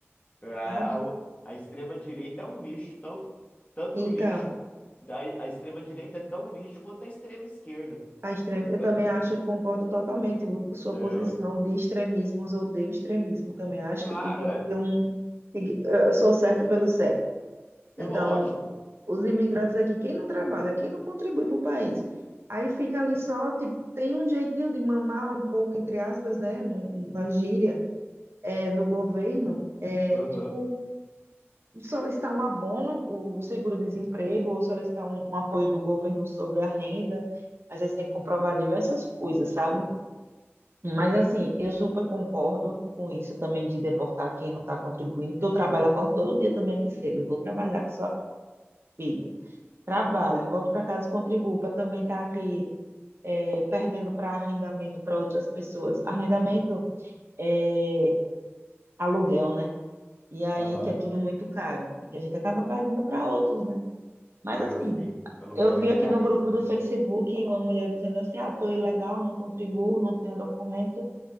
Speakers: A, on the left; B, on the right.
A: É, A,
B: sabe?
A: a, a extrema-direita é um lixo, tão, tanto
B: Então,
A: lixo, a, a extrema-direita é tão lixo quanto a extrema-esquerda.
B: a extrema, eu
A: Eu-
B: também acho, eu concordo totalmente com sua
A: É,
B: posição
A: ué.
B: de extremismos, odeio extremismo. Também acho
A: Claro,
B: que tudo tem que
A: é.
B: ter um. tem que- eu sou certo pelo certo. Então,
A: É lógico.
B: os imigrantes aqui, quem não trabalha, quem não contribui para o país, aí fica ali só, tipo, tem um jeitinho de mamar um pouco, entre aspas, né? um- Uma gíria é, no governo, é
A: Aham,
B: tipo. solicitar um abono, o seguro-desemprego, ou solicitar um, um apoio do governo sobre a renda, mas aí você tem que comprovar diversas coisas, sabe? Mas assim, eu super concordo com isso também de deportar quem não está contribuindo, porque eu trabalho, acordo todo dia também aqui cedo, eu vou trabalhar com sua filha. Trabalho, volto para casa e contribuo para também estar aqui é, perdendo para arrendamento para outras pessoas. Arrendamento é aluguel, né? E aí
A: aham.
B: que é tudo muito caro e que a gente acaba perdendo para outros, né? Mas
A: É,
B: assim,
A: eu sei. Aluguel
B: Eu vi
A: aí é
B: aqui
A: caríssimo,
B: no grupo do
A: né?
B: Facebook uma mulher dizendo assim: ah, tô ilegal, não contribuo, não tenho documento.